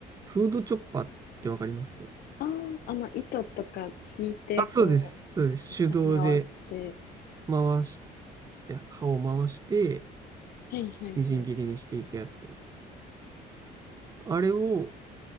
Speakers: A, on the right; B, on the left.
A: フードチョッパーってわかります
B: ああ、あの、糸とか引いて、
A: あ、そうです。
B: こ
A: そうです。
B: う、
A: 手動で
B: 回って、
A: 回し、して、刃を回して、
B: はい、はい、
A: みじん切りにしていくやつ。
B: はい。
A: あれを、